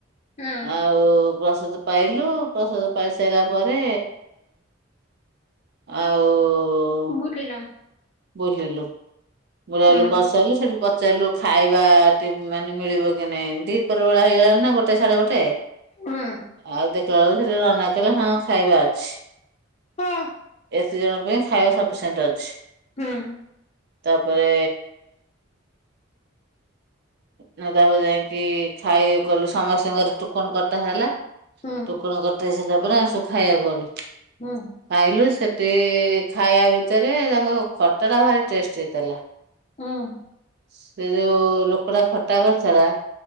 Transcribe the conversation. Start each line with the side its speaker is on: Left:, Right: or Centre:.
Left: ହଁ
Right: ଆଉ ପ୍ରସାଦ ପାଇଲୁ ପ୍ରସାଦ ପାଇ ସାରିଲା ପରେ ଆଉ
Left: ବୁଲିଲ?
Right: ବୁଲିଲୁ। ବୁଲାବୁଲି
Left: ହୁଁ
Right: କରିସାରିଲୁ ସେଠି ପଚାରିଲୁ ଖାଇବା ଟି ମାନେ ମିଳିବ କି ନାଇଁ ଦିହିପର ବେଳା ହେଇଗଲା। ନା ଗୋଟେ ସାଡେ ଗୋଟେ
Left: ହୁଁ
Right: ଆଉ ଦେଖିଲା ବେଳକୁ ସେଠି ଗୋଟେ ନନା କହିଲେ ହଁ ଖାଇବା ଅଛି।
Left: ହା।
Right: ଏତେ ଜଣଙ୍କ ପାଇଁ ଖାଇବା ସଫିସିଏଣ୍ଟ ଅଛି।
Left: ହୁଁ।
Right: ତାପରେ ତାପରେ ଯାଇକି ଖାଇ ଗଲୁ ସମସ୍ତଙ୍କର ଟୁକନ କଟା ହେଲା। ଟୁକନ
Left: ହୁଁ
Right: କଟା ହେଇ ସାରିଲା ପରେ ଆମେ ସବୁ ଖାଇବାକୁ ଗଲୁ।
Left: ହୁଁ।
Right: ଖାଇଲୁ ସେଠି ଖାଇବା ଭିତରେ ତାଙ୍କ ଖଟା ଟା ଭାରି ଟେଷ୍ଟ ହେଇଥିଲା।
Left: ହୁଁ।
Right: ସେ ଯୋଉ ଲୋକ ଟା ଖଟା କରିଥିଲା